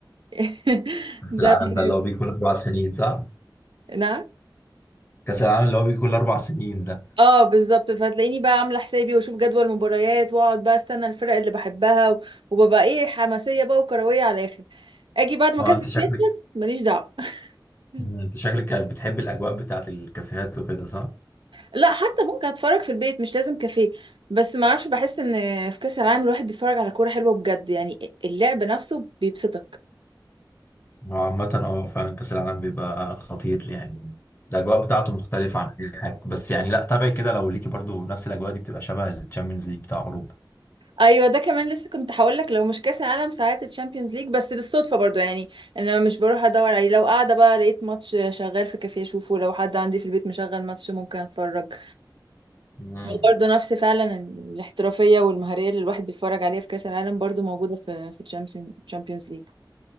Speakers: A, on the right (about 85°); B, on the left (about 30°).
A: <laughs>
B: كاس
A: ده
B: العالم
A: اللي
B: ده
A: بحب
B: اللي هو بيجي كل اربع سنين صح
A: نعم
B: كاس العالم اللي هو بيجي كل اربع سنين ده
A: اه بالظبط فتلاقيني بقى عامله حسابي واشوف جدول مباريات واقعد بقى استنى الفرق اللي بحبها و- وببقى ايه حماسيه بقى وكرويه على الاخر اجي بعد ما
B: اه
A: كاس
B: انت
A: العالم
B: شكلك
A: يخلص ماليش دعوه <laughs>
B: انت شكلك كانت بتحب الاجواء بتاعت الكافيهات وكده صح
A: لا حتى ممكن اتفرج في البيت مش لازم كافيه بس ما اعرفش بحس ان في كاس العالم الواحد بيتفرج على كوره حلوه بجد يعني اللعب نفسه بيبسطك
B: هو عامة اه فعلا كأس العالم بيبقى خطير يعني الأجواء بتاعته مختلفة عن أي حاجة بس يعني لا تابعي كده لو ليكي برضو نفس الأجواء دي بتبقى شبه الشامبيونز ليج بتاع أوروبا
A: ايوه ده كمان لسه كنت هقول لك لو مش كاس العالم ساعات الشامبيونز ليج بس بالصدفه برضو يعني انا مش بروح ادور عليه لو قاعده بقى لقيت ماتش شغال في كافيه اشوفه لو حد عندي في البيت مشغل ماتش ممكن اتفرج
B: امم
A: هو برضو نفس فعلا الاحترافيه والمهاريه اللي الواحد بيتفرج عليها في كاس العالم برضو موجوده في في الشامبيونز ليج